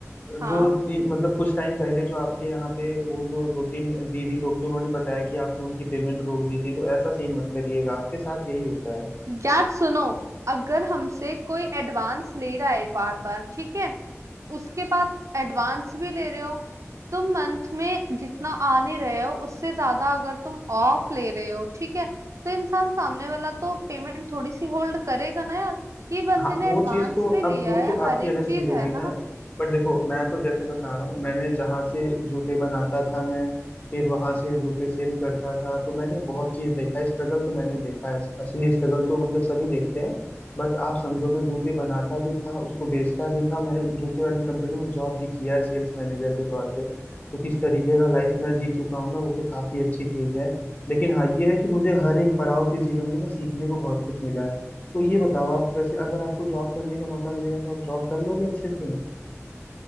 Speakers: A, on the right (about 75°); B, on the left (about 30°).
A: हाँ
B: जो तीन मतलब कुछ टाइम पहले जो आपके यहाँ पे वो जो दो तीन दीदी लोग थे उन्होंने बताया कि आपने उनकी पेमेंट रोक दी थी तो ऐसा सीन मत करिएगा आपके साथ यही होता है
A: यार सुनो अगर हमसे कोई एडवांस ले रहा है बार बार ठीक है उसके बाद एडवांस भी ले रहे हो तुम मंथ में जितना आने रहे हो उससे ज्यादा अगर तुम ऑफ ले रहे हो ठीक है तो इंसान सामने वाला तो पेमेंट थोड़ी सी होल्ड करेगा ना यार ये बंदे
B: हाँ
A: ने
B: वो
A: एडवांस
B: चीज तो
A: भी लिया
B: अब वो
A: है
B: तो
A: हर
B: आपकी
A: एक
B: अलग
A: चीज
B: चीज हो
A: है
B: गई ना
A: है ना
B: बट देखो मैं तो जैसे बता रहा हूँ मैंने जहाँ से जूते बनाता था मैं फिर वहां से जूते सेल करता था तो मैंने बहुत चीज देखा है स्ट्रगल तो मैंने देखा है असली स्ट्रगल तो मतलब सभी देखते हैं बट आप समझो मैं जूते बनाता भी था उसको बेचता भी था मैंने जूते वाली कंपनी में जॉब भी किया है सेल्स मैनेजर के तौर पे तो किस तरीके का लाइफ मैं जी चुका हूँ ना वो तो काफी अच्छी चीज है लेकिन हाँ ये है कि मुझे हर एक पड़ाव पे जीवन में ना सीखने को बहुत कुछ मिला है तो ये बताओ आप वैसे अगर आपको जॉब करने का मौका मिलेगा तो आप जॉब कर लोगे अच्छे से